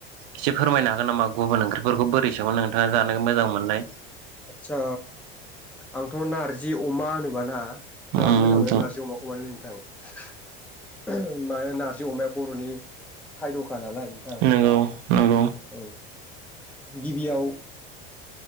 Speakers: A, on the right; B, in the centre.
A: एसे फोरमायनो हागोन नामा गुबुन ओंख्रिफोरखौ बोरै सङो नोंथाङा जानो मोजां मोननाय?
B: आदसा आंथ' नारजि अमा होनोबा ना
A: उम
B: जाहाथ
A: नोंथां
B: मोजां मोनो नारजि अमाखौ बानाय थां माने नारजि अमाया बर'नि खायदख खा नालाय नोंथां
A: नंगौ नंगौ
B: औ गिबियाव